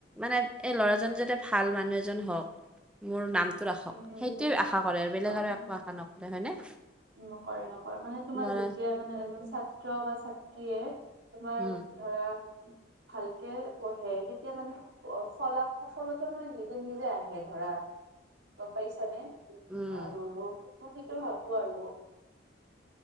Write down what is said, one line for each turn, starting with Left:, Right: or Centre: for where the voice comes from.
Centre: মানে এই ল'ৰাজন যাতে ভাল মানুহ এজন হওঁক। মোৰ নামটো ৰাখক
Right: উম, উম,
Centre: সেইটোৱে
Right: উম,
Centre: আশা কৰে আৰু বেলেগ
Right: অ',
Centre: আৰু
Right: অ'।
Centre: একো আশা নকৰে হয়নে?
Right: নকৰে নকৰে মানে তোমাৰ
Centre: ল'ৰা
Right: যেতিয়াই মানে এজন ছাত্ৰ বা ছাত্ৰীয়ে তোমাৰ,
Centre: উম
Right: ধৰা ভালকে পঢ়ে তেতিয়া মানে, ফলা সফলতা মানে নিজে নিজে আহে ধৰা গম পাইছা নে?
Centre: উম
Right: আৰু মই সেইটো ভাবো আৰু